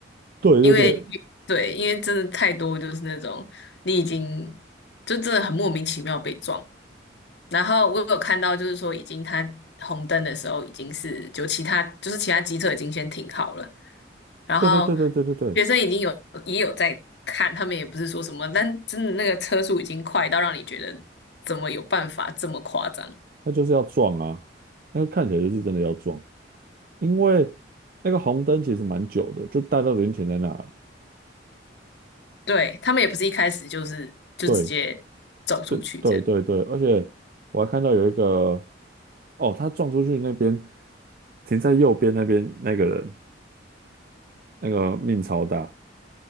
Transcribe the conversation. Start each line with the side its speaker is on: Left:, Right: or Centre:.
Right: 对对对
Left: 因为对，因为真的太多就是那种你已经就真的很莫名其妙被撞。然后我有看到，就是说已经他红灯的时候，已经是就其他就是其他机车已经先停好了，然后
Right: 对对对对对对对，
Left: 学生已经有也有在看，他们也不是说什么，但真的那个车速已经快到让你觉得怎么有办法这么夸张？
Right: 他就是要撞啊，那个看起来就是真的要撞。因为那个红灯其实蛮久的，就大家都已经停在那了。
Left: 对，他们也不是一开始就是就直接走出去这样。
Right: 对，对，对，对，对，而且我还看到有一个，哦，他撞出去那边，停在右边那边那个人，那个命超大。